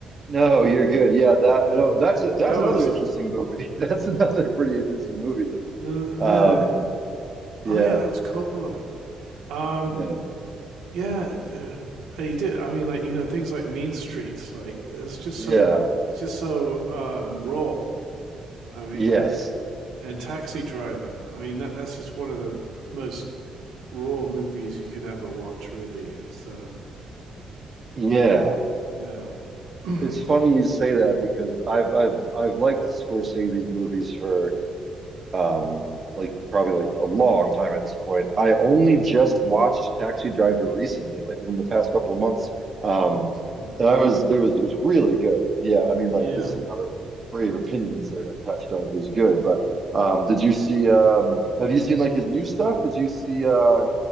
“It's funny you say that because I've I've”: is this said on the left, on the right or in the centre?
Right